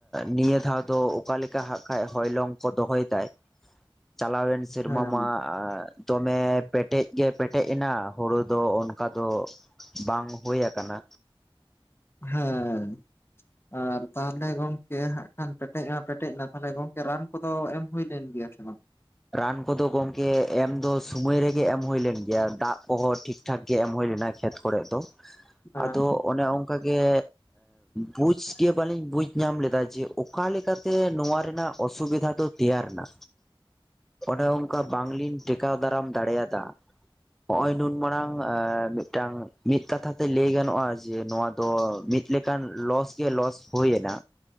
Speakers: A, in the centre; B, on the left (about 25°).
A: ᱱᱤᱭᱟᱹ ᱫᱷᱟᱣ ᱫᱚ ᱚᱠᱟᱞᱮᱠᱟ ᱦᱟᱜ ᱠᱷᱟᱱ ᱦᱚᱭᱞᱚᱝ ᱠᱚ ᱫᱚᱦᱚᱭ ᱮᱫᱟᱭ ᱪᱟᱞᱟᱣᱮᱱ ᱥᱮᱨᱢᱟ
B: ᱦᱮᱸ
A: ᱢᱟ ᱫᱚᱢᱮ ᱯᱮᱴᱮᱡ ᱜᱮ ᱯᱮᱴᱮᱡ ᱮᱱᱟ ᱦᱳᱲᱳ ᱫᱚ ᱚᱱᱠᱟ ᱫᱚ ᱵᱟᱝ ᱦᱳᱭ ᱟᱠᱟᱱᱟ
B: ᱦᱮᱸ ᱟᱨ ᱛᱟᱦᱚᱞᱮ ᱜᱚᱢᱠᱮ ᱦᱟᱸᱜ ᱠᱷᱟᱱ ᱯᱮᱴᱮᱡᱼᱟ ᱯᱮᱴᱮᱡ ᱮᱱᱟ ᱛᱟᱦᱚᱞᱮ ᱜᱚᱢᱠᱮ ᱨᱟᱱ ᱠᱚ ᱮᱢ ᱦᱩᱭ ᱞᱮᱱ ᱜᱮᱭᱟ ᱥᱮ ᱵᱟᱝ
A: ᱨᱟᱱ ᱠᱚᱫᱚ ᱜᱚᱝᱠᱮ ᱮᱢ ᱫᱚ ᱥᱩᱢᱟᱹᱭ ᱨᱮᱜᱮ ᱮᱢ ᱦᱳᱭᱞᱮᱱ ᱜᱮᱭᱟ ᱫᱟᱜ ᱠᱚᱦᱚᱸ ᱴᱷᱤᱠ ᱴᱷᱤᱠ ᱴᱷᱟᱠ ᱜᱮ ᱮᱢ ᱦᱳᱭ ᱞᱮᱱᱟ ᱠᱷᱮᱛ ᱠᱚᱨᱮ ᱫᱚ
B: ᱦᱮᱸ
A: ᱟᱫᱚ ᱚᱱᱮ ᱚᱱᱠᱟ ᱜᱮ ᱵᱩᱡᱽ ᱜᱮ ᱵᱟᱹᱞᱤᱧ ᱵᱩᱡᱽ ᱧᱟᱢ ᱞᱮᱫᱟ ᱡᱮ ᱚᱠᱟ ᱞᱮᱠᱟᱛᱮ ᱱᱚᱣᱟ ᱨᱮᱱᱟᱜ ᱚᱥᱩᱵᱤᱫᱷᱟ ᱫᱚ ᱛᱮᱭᱟᱨ ᱮᱱᱟ ᱚᱱᱮ ᱚᱱᱠᱟ ᱵᱟᱝᱞᱤᱧ ᱴᱮᱠᱟᱣ ᱫᱟᱨᱟᱢ ᱫᱟᱲᱮᱭᱟᱫᱟ ᱦᱚᱜ ᱚᱭ ᱱᱩᱱ ᱢᱟᱨᱟᱲᱟᱝ ᱢᱤᱫᱴᱟᱝ ᱢᱤᱫ ᱠᱟᱛᱷᱟ ᱛᱮ ᱞᱟᱹᱭ ᱜᱟᱱᱚᱜᱼᱟ ᱡᱮ ᱱᱚᱣᱟ ᱛᱚ ᱢᱤᱫ ᱞᱮᱠᱟᱱ ᱞᱚᱥ ᱜᱮ ᱞᱚᱥ ᱦᱳᱭ ᱮᱱᱟ